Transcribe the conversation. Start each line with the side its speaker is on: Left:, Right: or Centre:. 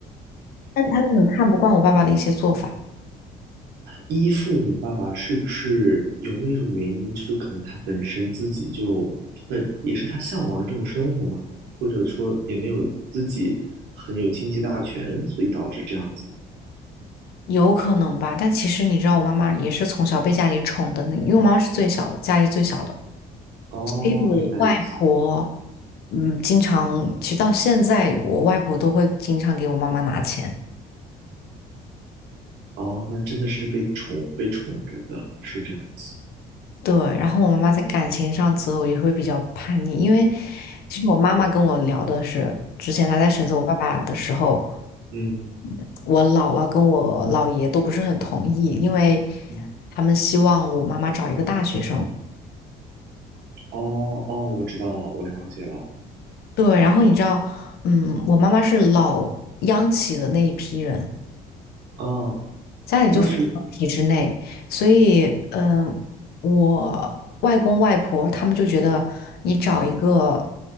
Left: 但她又很看不惯我爸爸的一些做法。
Right: 依附你爸爸是不是有没有一种原因，就可能他本身自己就本也是他向往的这种生活嘛的，或者说也没有自己很有经济大权，所以导致这样子。
Left: 有可能吧，但其实你知道，我妈妈也是从小被家里宠的那，因为我妈妈是最小的，家里最小的。
Right: 哦，
Left: 所以我外婆，
Right: 原来如此。
Left: 嗯，经常，其实到现在，我外婆都会经常给我妈妈拿钱。
Right: 哦，那真的是被宠被宠着的，是这样子。
Left: 对，然后我妈妈在感情上择偶也会比较叛逆，因为其实我妈妈跟我聊的是，之前她在选择我爸爸的时候，
Right: 嗯，
Left: 嗯我姥姥跟我姥爷都不是很同意，因为
Right: 嗯
Left: 他们希望我妈妈找一个大学生。
Right: 哦哦，我知道了，我了解了。
Left: 对，然后你知道，嗯，我妈妈是老央企的那一批人，
Right: 哦，
Left: 家里就非常体制内，
Right: 那是
Left: 所以，嗯，我外公外婆他们就觉得你找一个